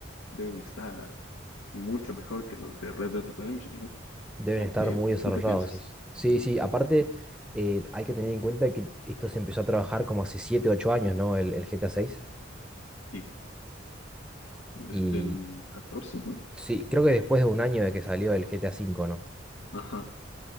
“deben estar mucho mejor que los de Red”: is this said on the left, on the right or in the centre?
Left